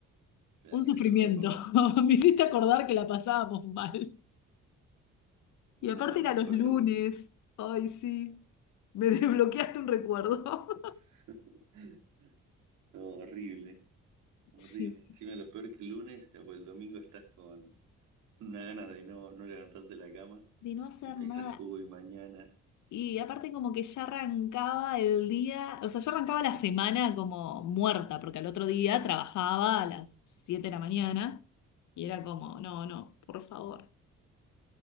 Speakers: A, on the right (about 80°); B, on the left (about 75°).
A: Claro,
B: Un sufrimiento.
A: eso es lo mejor.
B: <laughs> Me hiciste acordar que la pasábamos mal. Y
A: No,
B: aparte
A: no,
B: era los
A: aparte,
B: lunes.
A: boludo.
B: Ay, sí. Me <laughs> desbloqueaste un recuerdo.
A: <laughs>
B: <laughs>
A: No, horrible, horrible.
B: Sí.
A: Encima lo peor que el lunes, que el domingo estás con una ganas de no, no levantarte de la cama
B: De no hacer
A: y pensás,
B: nada.
A: uy, mañana.
B: Y aparte como que ya arrancaba el día, o sea, ya arrancaba la semana como muerta, porque al otro día trabajaba a las 7 de la mañana y era como, no, no, por favor.